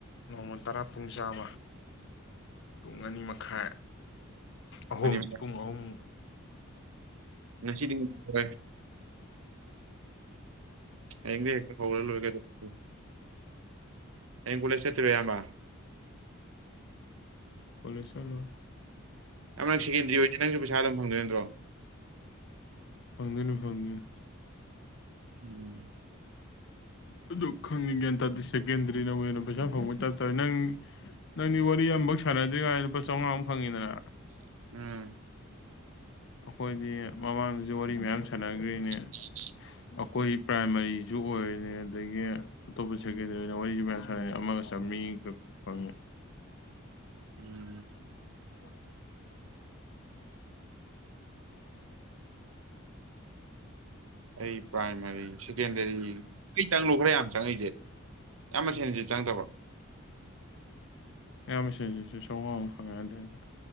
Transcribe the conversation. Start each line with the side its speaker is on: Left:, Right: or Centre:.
Left: ꯅꯣꯡꯃ ꯇꯔꯥ ꯄꯨꯡ ꯆꯥꯝꯃ ꯄꯨꯡ ꯑꯅꯤ ꯃꯈꯥꯏ ꯑꯍꯨꯝ
Right: ꯃꯅꯤ
Left: ꯄꯨꯡ ꯑꯍꯨꯝ꯫
Right: ꯉꯁꯤꯗꯤ ꯉꯝꯃꯔꯣꯏ꯫ ꯍꯌꯦꯡꯗꯩ ꯍꯦꯛꯇꯥ ꯍꯧꯔ ꯂꯣꯏꯔꯦ ꯀꯩꯗꯧꯔꯒꯦ꯫ ꯍꯌꯦꯡ ꯀꯣꯂꯦꯖ ꯆꯠꯇꯔꯣꯏꯔꯣ ꯏꯌꯥꯝꯕꯥ꯫
Left: ꯀꯣꯂꯦꯖ ꯆꯠꯂꯣꯏ꯫
Right: ꯅꯪ ꯁꯦꯀꯦꯟꯗꯔꯤ ꯑꯣꯏꯗꯤ ꯅꯪꯁꯨꯩꯁ ꯄꯩꯁꯥ ꯑꯗꯨꯝ ꯐꯪꯗꯣꯏ ꯅ꯭ꯇ꯭ꯔꯣ꯫
Left: ꯐꯪꯗꯣꯏꯅꯦ ꯐꯪꯗꯣꯏꯅꯦ꯫
Right: ꯎꯝ
Left: ꯑꯗꯨ ꯈꯪꯗꯦ ꯒ꯭ꯌꯥꯟ ꯇꯥꯗꯦꯁꯦ꯫ ꯁꯦꯀꯦꯟꯗꯔꯤꯅꯕꯨ ꯍꯦꯟꯅꯥ ꯄꯩꯁꯥ ꯐꯪꯕꯩ ꯇꯥꯏꯞ ꯇꯧꯏ ꯅꯪ ꯅꯪꯗꯤ ꯋꯥꯔꯤ ꯑꯝꯐꯥꯎ ꯁꯥꯟꯅꯗ꯭ꯔꯤꯉꯩ ꯂꯨꯄꯥ ꯆꯥꯝꯃꯉꯥꯃꯨꯛ ꯐꯪꯉꯤꯗꯅ
Right: ꯑꯥ
Left: ꯑꯩꯈꯣꯏꯗꯤ ꯃꯃꯥꯡꯗꯁꯨ ꯋꯥꯔꯤ ꯃꯌꯥꯝ ꯁꯥꯟꯅꯒ꯭ꯔꯤꯅꯦ꯫
Right: <inaudible>
Left: ꯑꯩꯈꯣꯏ ꯄ꯭ꯔꯥꯏꯃꯥꯔꯤꯁꯨ ꯑꯣꯏꯔꯤꯅꯦ ꯑꯗꯒꯤ ꯑꯇꯣꯞꯄ ꯁꯦꯀꯦꯟꯗꯔꯤꯉꯩꯅ ꯃꯣꯏꯒꯤ ꯋꯥꯔꯤꯁꯨ ꯃꯌꯥꯝ ꯑꯃꯒ ꯆꯥꯝꯔꯤꯒꯥꯛ ꯐꯪꯉꯦ꯫
Right: ꯎꯝ
Left: <unintelligible>
Right: ꯑꯩ ꯄ꯭ꯔꯥꯏꯃꯥꯔꯤ ꯁꯦꯀꯦꯟꯗꯔꯤ ꯑꯩ ꯇꯪꯂꯣ ꯈꯔ ꯌꯥꯝ ꯆꯪꯉꯛꯏꯁꯦ ꯏꯌꯥꯝꯕ ꯁꯦꯟꯁꯦ ꯆꯪꯉꯛꯇꯕ꯭ꯔꯣ
Left: ꯑꯌꯥꯝꯕꯁꯦꯟꯁꯤꯁꯨ ꯆꯧꯉꯥꯃꯨꯛ <unintelligible>